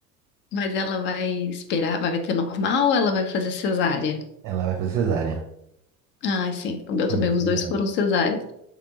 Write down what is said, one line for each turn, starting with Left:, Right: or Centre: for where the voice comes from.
Left: mas ela vai esperar, vai ter normal ou ela vai fazer cesárea?
Right: Ela vai fazer cesárea.
Left: Ah, sim, o meu
Right: Fazer
Left: também,
Right: cesárea.
Left: os dois foram cesáreas.